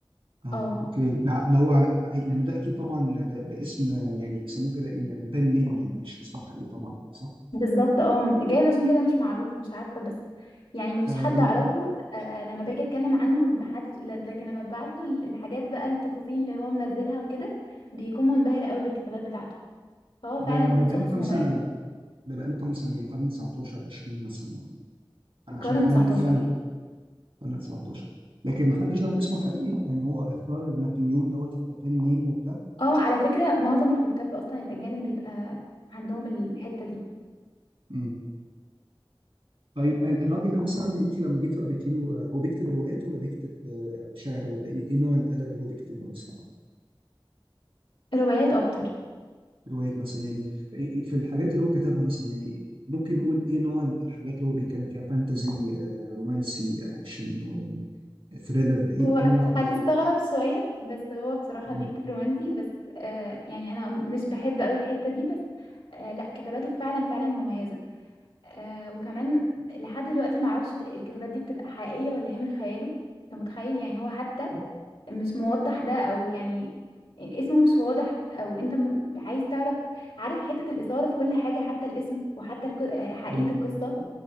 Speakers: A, on the right; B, on the left.
A: اه
B: اه
A: اوكي لا ده هو على... لان ده اكيد طبعا ده, ده اسم يعني بيسموه كده ايه يعني بن نيم يعني مش اسمه حقيقي طبعا يعني صح
B: بالظبط اه جايز عشان كده مش معروف مش عارفه بس يعني ما فيش
A: ده
B: حد
A: من
B: اعرفه آه لما باجي اتكلم عنه ما حد ل- لكن لما ببعت له ال- الحاجات بقى التفاصيل اللي هو منزلها وكده بيكون منبهر قوي بالكتابات بتاعته فهو
A: ده
B: فعلا
A: ده بقاله
B: شخص
A: كام
B: مميز
A: سنه ده ده بقاله كام سنه يعني قرن 19 20 مثلا يعني
B: في
A: انا
B: القرن
A: عشان
B: 19
A: اقوم فعلا قرن 19 لكن ما حدش عارف اسمه حقيقي يعني هو اختار نابليون دوت كابين نيم وبتاع
B: اه على فكره معظم الكتاب اصلا الاجانب بيبقى عندهم الحته دي
A: امم طيب آه، الراجل ده مثلا انت لما جيتي قريتي له آه، هو بيكتب روايات ولا بيكتب آه، شعر ولا ايه إيه نوع الادب اللي هو بيكتبه مثلا
B: روايات اكتر
A: روايات مثلا يعني إيه- إيه، في الحاجات اللي هو كتبها مثلا يعني ممكن نقول ايه نوع الحاجات اللي هو بيتكلم فيها فانتزي آه، رومانسي اكشن يعني ثريلر ايه
B: هو
A: إيه نوع الحاجات
B: هتستغرب
A: اللي
B: شوية بس هو بصراحة
A: مم.
B: بيكتب رومانسي بس آه يعني أنا مش بحب قوي الحتة دي بس آه لا كتاباته فعلا فعلا مميزة آه وكمان لحد دلوقتي معرفش الكتابات دي بتبقى حقيقية ولا هي من خياله أنت متخيل يعني هو حتى مش موضح ده أو يعني اسمه مش واضح أو أنت م- عايز تعرف عارف حتة الإثارة في كل حاجة حتى الاسم وحتى الك- آه، حقيقة
A: مم.
B: القصة